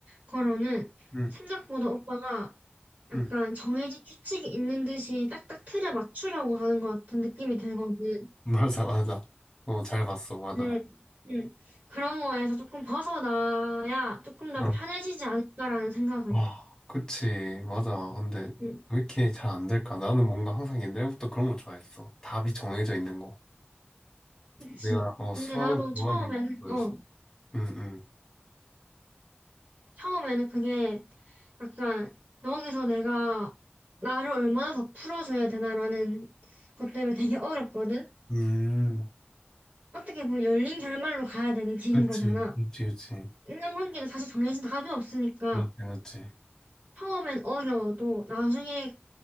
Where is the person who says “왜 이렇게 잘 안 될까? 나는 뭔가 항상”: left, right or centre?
Left